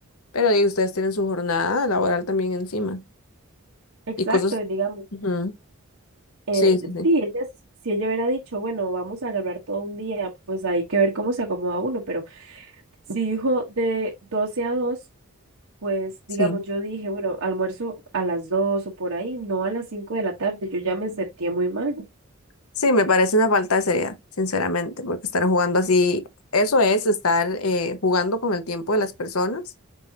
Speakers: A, on the left; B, on the right.
A: pero y ustedes tienen su jornada laboral también encima.
B: Exacto,
A: Y cosas.
B: y digamos,
A: ujú,
B: eh,
A: Sí, sí, sí.
B: sí, ella s- si ella hubiera dicho, bueno, vamos a agarrar todo un día, pues hay que ver cómo se acomoda uno, pero si dijo de doce a dos pues
A: Sí.
B: digamos, yo dije, bueno, almuerzo a las 2 o por ahí, no a las 5 de la tarde, yo ya me sentía muy mal.
A: Sí, me parece una falta de seriedad, sinceramente, porque estar jugando así, eso es estar eh, jugando con el tiempo de las personas.